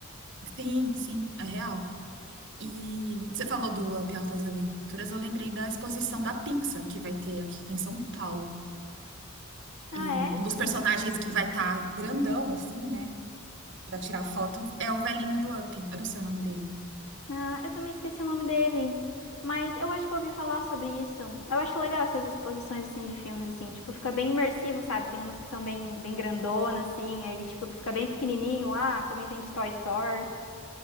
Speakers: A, on the right (about 60°); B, on the left (about 80°).
A: sim, sim, é real. E você falou do Up Altas Aventuras, eu lembrei da exposição da Pixar que vai ter aqui em São Paulo.
B: Ah,
A: E
B: é?
A: um dos personagens que vai estar grandão, assim, né? Pra tirar foto é o velhinho do Up. Eu não sei o nome dele.
B: Ah, eu também esqueci o nome dele. Mas eu acho que eu ouvi falar sobre isso. Eu acho legal essas exposições, assim, de filmes, assim. Tipo, fica bem imersivo, sabe? Tem umas que são bem, bem grandonas, assim. Aí, tipo, tu fica bem pequenininho lá. Também tem de Toy Story.